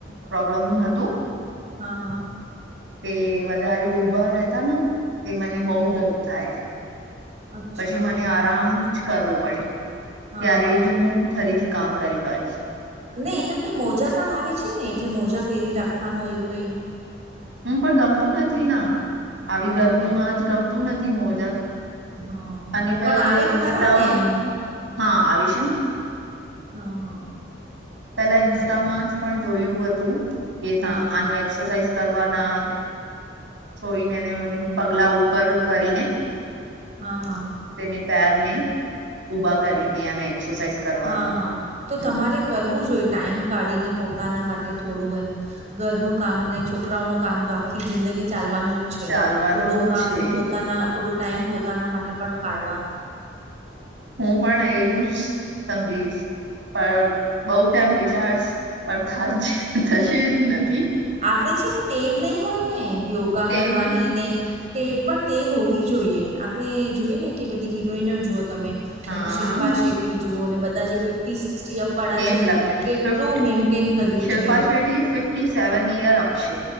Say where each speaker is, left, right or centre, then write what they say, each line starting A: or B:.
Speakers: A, on the right; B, on the right.
A: પ્રોબ્લેમ હતું
B: હા હા
A: તે વધારે ઉઊભા રહેતા ને તે મને બહુ દર્દ થાય
B: અચ્છા
A: પછી મને આરામ જ કરવો પડે
B: હા
A: ત્યારે જ હું ફરીથી કામ કરી પાડીશ.
B: ને એના કઈ મોજા પણ આવે છે ને એટલે મોજા પહેરી રાખવાનું એવું કઈ.
A: હું પણ ગમતું નથી ના આવી
B: હા
A: ગરમીમાં
B: બરાબર
A: જ ગમતું નથી મોજા.
B: હા. હા
A: અને પહેલે
B: પણ આવે
A: ઇન્સ્ટામાં
B: ખરા ને એમ
A: હા આવે છે ને.
B: હા હા.
A: પેલા ઇન્સ્ટામાં
B: બરાબર
A: જ પણ જોયું હતું કે ત
B: હા હા
A: આનું એક. એક્સરસાઇઝ કરવાના સોઈને અને પગલા ઉપર કરીને.
B: હા હા.
A: તેને તારને ઊભા કરીને અને એક્સરસાઇઝ કરવાનું
B: હા હા તો
A: હમ્મ
B: તમારે કરવું જોઈએ ટાઈમ કાઢીને પોતાના માટે થોડું એમ. ઘરનું કામ ને છોકરાઓ ન કામ તો. આખી જિંદગી ચાલવાનું જ છે
A: ચાલવાનું
B: થોડું કામ
A: છે
B: પોતાના થોડું. ટાઈમ પોતાના માટે પણ કાઢવાનું.
A: હું પણ એવું જ સમજીશ. પણ બહુ ટાઈમ વિચાર પણ થજ થશે જ નથી.
B: આપણે છે ને ટેવ નહી હોય ને યોગા
A: તેમ
B: કરવાની ને. તે પણ ટેવ હોવી જોઈએ આપણે જોઈએ ને કે બધી હિરોઈનો જુઓ તમે.
A: હા
B: તમે શિલ્પા શેટ્ટી જુઓ અને બધા જે ફિફ્ટી સિકટી અપ વાળા
A: કેમ
B: છે
A: લાગે
B: કેટલું
A: ફિફ્ટી
B: મેન્ટેન કર્યું. છે
A: શિલ્પા શેટી ફિફ્ટી સેવન ઇયર આપ છે